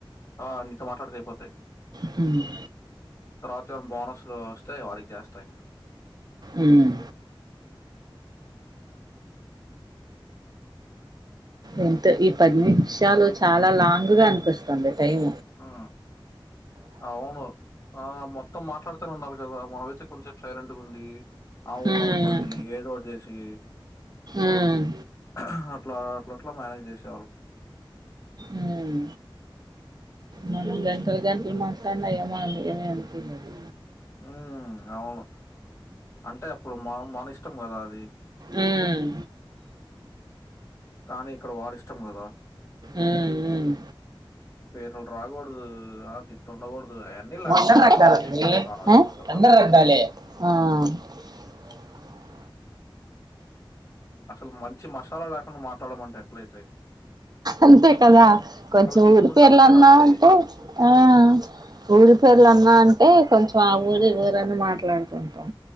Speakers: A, on the left (about 30°); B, on the right (about 50°).
A: ఆ నీతో మాట్లాడతే అయిపోతయ్
B: హ్మ్
A: తర్వాత ఏమైనా బోనస్లు వస్తే వాడికి చేస్తా ఇంకా
B: ఉమ్ ఏంటో ఈ పది నిమిషాలు చాలా లాంగ్ గా అనిపిస్తుంది టైం.
A: ఆ అవును ఆ మొత్తం మాట్లాడుతనే ఉండాలి కదా. మన ఐతే కొంసేపు సైలెంట్గాండి అవు
B: ఉమ్
A: అనుకని ఏదోటి చేసి
B: ఉమ్
A: ఆహ్ అట్లా అట్లాట్లా మేనేజ్ చేసి
B: ఉమ్ మొన్న గా పది గంటలు మాట్లాడినా ఏమో ఏం అనిపియ్యలేదు
A: హ్మ్. అవును. అంటే అప్పుడు మ మన ఇష్టం కదా అది
B: ఉమ్
A: కానీ, ఇక్కడ వాడి ఇష్టం కదా
B: ఉమ్ ఉమ్
A: పేర్లు రాకూడదు ఆ తిట్లు ఉండకూడదు. అయన్నీ లేకుండా
B: అందరు
A: ఉంటే
B: రగ్డాలమ్మి
A: ఎలా అవుతాయి ఫోన్ కాన్వర్జెషన్లు.
B: ఆ
A: అసలు మంచి మసాలా లేకుండా మాట్లాడమంటే ఎట్లైతై
B: అంతే కదా కొంచెం
A: తిట్టుకుంటా
B: ఊరి పేర్లన్నా
A: ఉంటేనే వస్తాయి.
B: అంటే ఆ ఊరి పేర్ల అన్నా అంటే కొంచెం ఆ
A: హ్మ్.
B: ఊరే ఈ ఊరు అనీ మాట్లాడ మాట్లాడుకుంటాం